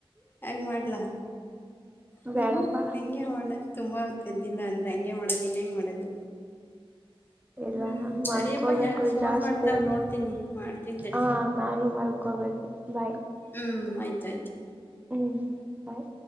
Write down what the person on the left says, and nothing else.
ಹಂಗ ಮಾಡ್ಲಾ ಹ್ಮ್
ಹಂಗೆ ಮಾಡ ತುಂಬ ಅವತ್ತ ಇದದ್ದಿಲ್ಲ ಅಂದ್ರೆ ಹಂಗೆ ಮಾಡೋದು ಇನ್ ಹೆಂಗ್ ಮಾಡೋದು
ಹ್ಮ್
ಸಡಿಯಪ್ಪಾ
ಯಾರು ಫೋನ್
ಮಾಡ್ತಾವ್
ನೋಡ್ತೀನಿ ಮಾಡ್ತೀನ್ಿ ತಳ
ಹ್ಮ್ ಆಯ್ತಾಯ್ತು